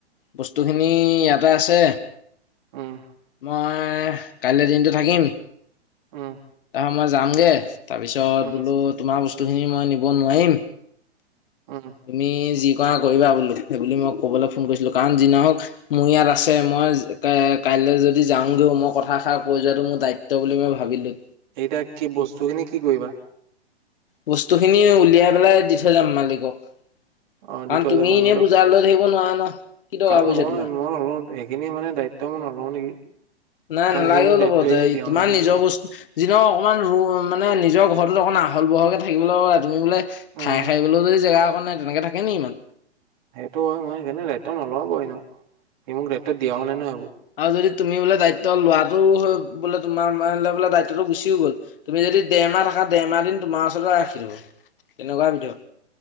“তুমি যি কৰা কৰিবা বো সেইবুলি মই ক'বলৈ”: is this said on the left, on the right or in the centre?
Left